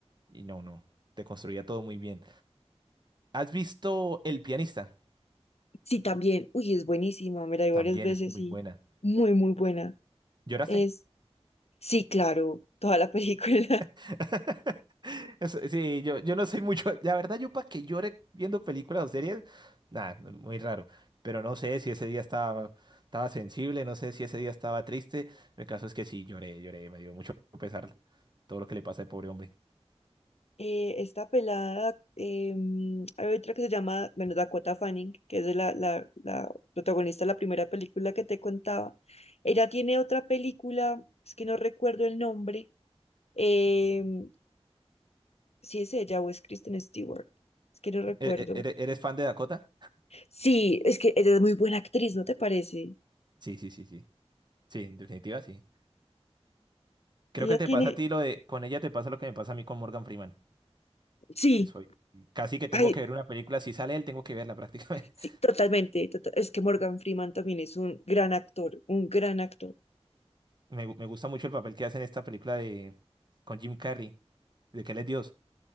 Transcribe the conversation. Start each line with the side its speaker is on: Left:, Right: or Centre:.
Right: y no, no, te construía todo muy bien. ¿Has visto El pianista?
Left: Sí, también. Uy, es buenísima. Me la vi varias
Right: También
Left: veces
Right: es muy
Left: y
Right: buena.
Left: muy, muy buena.
Right: ¿Lloraste?
Left: Es, sí, claro, toda la película. <laughs>
Right: <laughs> Eso- Sí, yo, yo no soy mucho, la verdad yo para que llore viendo películas o series, nada, muy raro, pero no sé si ese día estaba, estaba sensible, no sé si ese día estaba triste, el caso es que sí, lloré, lloré, me dio mucho pesar todo lo que le pasa al pobre hombre.
Left: Eh, esta pelada, em, hay otra que se llama, bueno, Dakota Fanning, que es de la, la, la protagonista de la primera película que te contaba. Ella tiene otra película, es que no recuerdo el nombre. em, si es ella o es Kristen Stewart. Es que no recuerdo.
Right: ¿E- e- ¿Eres, eres fan de Dakota?
Left: Sí, es que ella es muy buena actriz, ¿no te parece?
Right: Sí, sí, sí, sí, sí, en definitiva sí. Creo
Left: Ella
Right: que te
Left: tiene,
Right: pasa a ti lo de, con ella te pasa lo que me pasa a mí con Morgan Freeman,
Left: sí.
Right: que soy, casi que tengo
Left: Ay,
Right: que ver una película, si sale él tengo que verla prácticamente.
Left: Sí,
Right: <laughs>
Left: totalmente. tota- es que Morgan Freeman también es un gran actor, un gran actor.
Right: Me, gu- me gusta mucho el papel que hace en esta película de, con Jim Carrey, de que él es Dios.